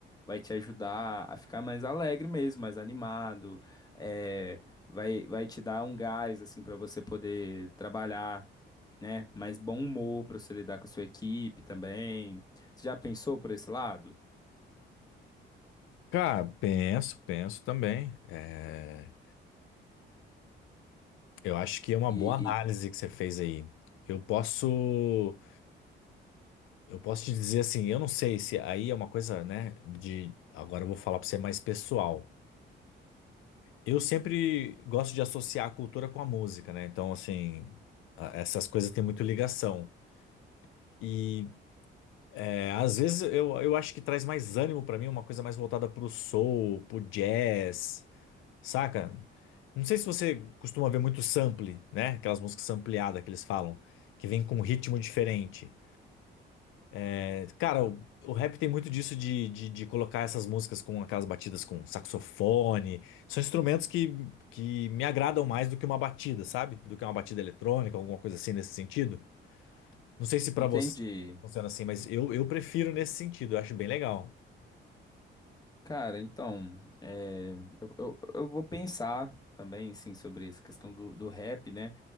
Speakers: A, on the left; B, on the left.
A: vai te ajudar a ficar mais alegre mesmo, mais animado. é, vai, vai te dar um gás assim para você poder trabalhar, né? Mais bom humor para você lidar com a sua equipe também. Você já pensou por esse lado?
B: Cara, penso, penso também. É, eu acho que é uma
A: E,
B: boa análise
A: e-
B: que você fez aí. Eu posso, eu posso te dizer assim, eu não sei se aí é uma coisa, né, de agora eu vou falar para você mais pessoal. Eu sempre gosto de associar a cultura com a música, né? Então, assim, a- essas coisas têm muito ligação. E é, às vezes eu, eu acho que traz mais ânimo para mim, uma coisa mais voltada pro soul, pro jazz. Saca? Não sei se você costuma ver muito sample, né? Aquelas músicas sampleadas que eles falam, que vem com um ritmo diferente. É, cara, o, o rap tem muito disso de, de, de colocar essas músicas com aquelas batidas com saxofone. São instrumentos que, que me agradam mais do que uma batida, sabe? Do que uma batida eletrônica, alguma coisa assim nesse sentido. Não sei se pra
A: entende?
B: você funciona assim, mas eu, eu prefiro nesse sentido, eu acho bem legal.
A: Cara, então, é, eu, eu, eu vou pensar também, assim, sobre essa questão do, do rap, né?